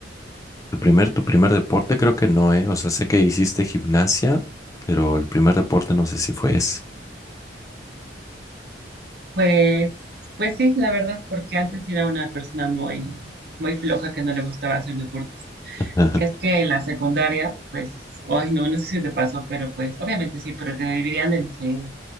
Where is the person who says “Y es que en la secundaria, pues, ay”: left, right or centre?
Right